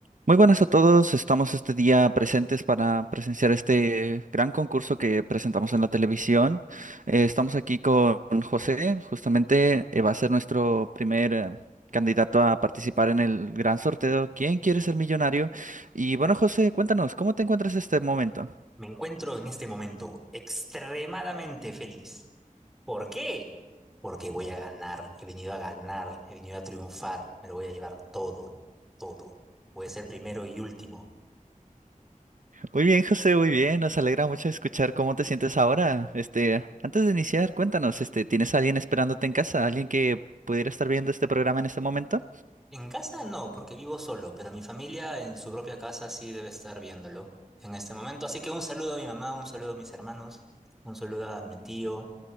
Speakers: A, on the right (about 70°); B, in the centre.
A: Muy buenas a todos, estamos este día presentes para presenciar este gran concurso que presentamos en la televisión. Eh, estamos aquí con José, justamente eh, va a ser nuestro primer eh, candidato a participar en el gran sorteo ¿Quién quiere ser millonario? Y bueno, José, cuéntanos, ¿cómo te encuentras en este momento?
B: Me encuentro en este momento extremadamente feliz. ¿Por qué? Porque voy a ganar, he venido a ganar, he venido a triunfar, me lo voy a llevar todo, todo. Voy a ser primero y último.
A: Muy bien, José, muy bien, nos alegra mucho escuchar cómo te sientes ahora. Este, antes de iniciar, cuéntanos, este, ¿tienes a alguien esperándote en casa? ¿Alguien que pudiera estar viendo este programa en este momento?
B: En casa no, porque vivo solo, pero mi familia en su propia casa sí debe estar viéndolo en este momento. Así que un saludo a mi mamá, un saludo a mis hermanos, un saludo a mi tío,